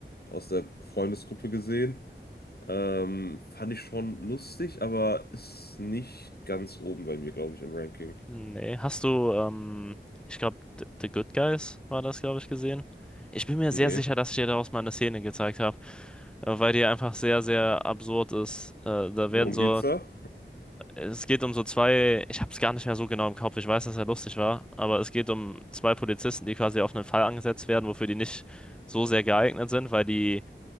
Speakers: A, on the left; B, in the centre.
A: aus der Freundesgruppe gesehen. Ähm, fand ich schon lustig, aber ist nicht ganz oben bei mir, glaube ich, im Ranking.
B: Nee, hast du, ähm, ich glaube, The The Good Guys war das, glaube ich, gesehen. Ich bin mir
A: Nee.
B: sehr sicher, dass ich dir daraus mal eine Szene gezeigt habe, äh, weil die einfach sehr, sehr absurd ist. Äh, da
A: Worum
B: werden so,
A: geht's da?
B: es geht um so zwei, ich habe es gar nicht mehr so genau im Kopf, ich weiß, dass er lustig war, aber es geht um zwei Polizisten, die quasi auf einen Fall angesetzt werden, wofür die nicht so sehr geeignet sind, weil die